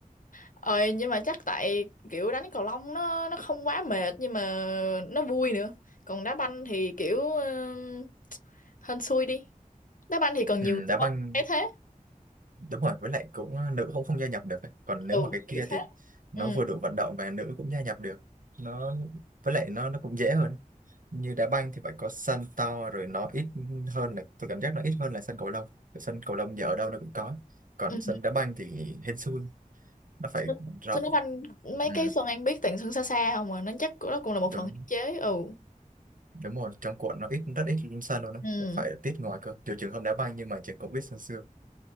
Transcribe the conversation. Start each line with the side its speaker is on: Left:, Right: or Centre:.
Left: ờ nhưng mà chắc tại kiểu đánh cầu lông nó nó không quá mệt nhưng mà nó vui nữa còn đá banh thì kiểu uh, hên xui đi đá banh thì còn
Right: ừ,
Left: nhiều người
Right: đá
Left: hơn
Right: banh
Left: thấy thế
Right: đúng rồi với lại cũng ờ, nữ cũng không gia nhập được ấy. còn nếu
Left: ừ
Right: mà cái kia
Left: kiểu thế
Right: thì nó
Left: ừ
Right: vừa đủ vận động và nữ cũng gia nhập được nó với lại nó nó cũng dễ hơn như đá banh thì phải có sân to rồi nó ít hơn là tôi cảm giác nó ít hơn là sân cầu lông Cái sân cầu lông giờ ở đâu nó cũng có còn
Left: ừ
Right: sân đá banh thì hên xui nó phải
Left: Xuân
Right: rộng
Left: Xuân Đức Anh mấy
Right: ừ,
Left: cái Xuân Anh biết tặng Xuân xa xa không mà nó chắc cũng- đó cũng là một
Right: đúng
Left: phần hạn chế ừ
Right: đúng rồi trong quận nó ít rất ít sân luôn á
Left: ừ
Right: phải tiết ngoài cơ trừ trường không đá banh nhưng mà trường cũng biết sân xưa